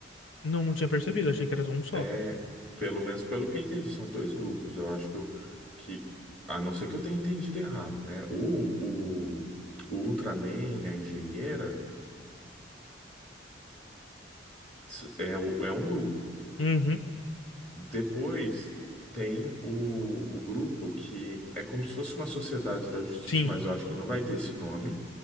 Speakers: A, on the left; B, in the centre.
A: Não, não tinha percebido, achei que era um só.
B: É, pelo menos pelo que eu entendi, são dois grupos. Eu acho que, eu- que a não ser que eu tenha entendido errado, né? O, o, o Ultraman, a engenheira, s- é, o- é um grupo.
A: Uhum,
B: Depois tem o, o grupo que é como se fosse uma sociedade da justiça,
A: sim,
B: mas eu acho que não vai ter esse nome.